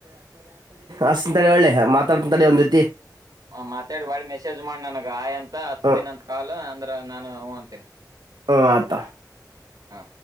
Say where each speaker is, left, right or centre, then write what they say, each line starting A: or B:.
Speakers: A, on the right (about 75°); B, on the right (about 60°).
A: ಹಸ್ತಂತಡೆ ಒಳ್ಳೆ ಮಾತಾಡ್ತಡೆ ಒಂದ್ ರೀತಿ
B: ಹ ಮಾತಾಡಿ ಭಾಳ ಮೆಸೇಜ್ ಮಾಡ್ ನನಗ ಆಯ್ ಅಂತ ಹಚ್ತೇನೆ
A: ಹ್ಮ್
B: ಅಂತ ಕಾಲ ಅ ನಾನು ಹ ಅಂತೇನಿ
A: ಹ ಅತ
B: ಹಾ